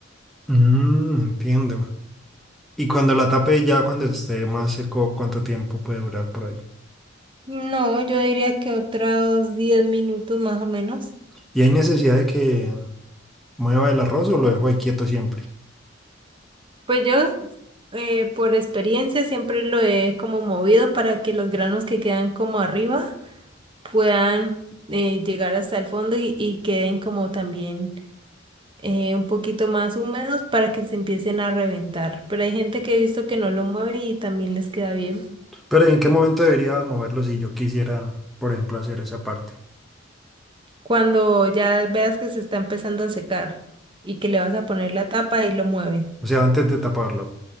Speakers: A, in the centre; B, on the right.
A: mm, entiendo. Y cuando la tape ya cuando esté más seco, ¿cuánto tiempo puede durar por ahí?
B: No, yo diría que otros 10 minutos más o menos.
A: ¿Y hay necesidad de que mueva el arroz o lo dejo ahí quieto siempre?
B: Pues yo, eh, por experiencia, siempre lo he como movido para que los granos que quedan como arriba puedan eh, llegar hasta el fondo y, y queden como también eh, un poquito más húmedos para que se empiecen a reventar. Pero hay gente que he visto que no lo mueve y también les queda bien.
A: Pero ¿en qué momento debería moverlo si yo quisiera, por ejemplo, hacer esa parte?
B: Cuando ya veas que se está empezando a secar y que le vas a poner la tapa y lo mueven
A: O sea, antes de taparlo.